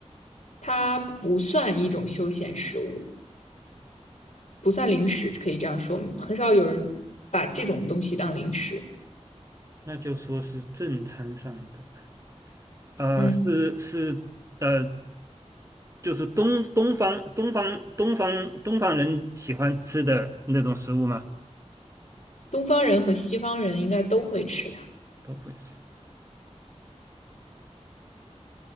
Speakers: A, on the left; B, on the right.
A: 它不算一种休闲食物，不算零食，可以这样说，很少有人把这种东西当零食。
B: 那就说是正餐上的，呃，
A: 嗯，
B: 是是呃就是东东方东方东方东方人喜欢吃的那种食物吗？
A: 东方人和西方人应该都会吃它。
B: 都会吃。